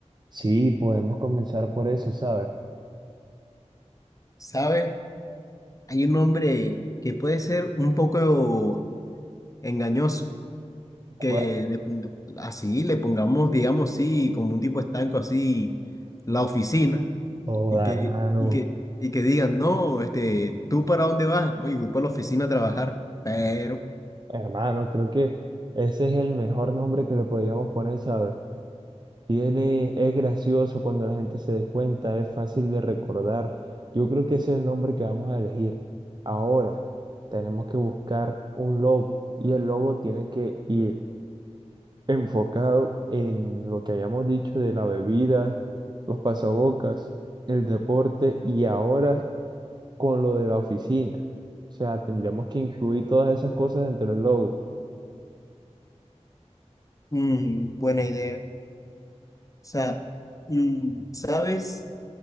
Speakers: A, on the right; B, on the left.
A: Sí, podemos comenzar por eso, ¿sabes?
B: ¿sabes? Hay un nombre que puede ser un poco engañoso.
A: ¿Cuál?
B: que le ponga- así le pongamos, digamos, sí, como un tipo estanco así, la oficina,
A: Joda,
B: y que,
A: hermano,
B: y que, y que digan, no, este, ¿tú para dónde vas? Oye, voy para la oficina a trabajar, pero,
A: hermano, creo que ese es el mejor nombre que le podríamos poner, ¿sabes? Tiene, es gracioso cuando la gente se dé cuenta, es fácil de recordar. Yo creo que ese es el nombre que vamos a elegir. Ahora tenemos que buscar un logo y el logo tiene que ir enfocado en lo que hayamos dicho de la bebida, los pasabocas, el deporte y ahora con lo de la oficina. O sea, tendríamos que incluir todas esas cosas dentro del logo.
B: mm, buena idea. O sea, mm, ¿sabes?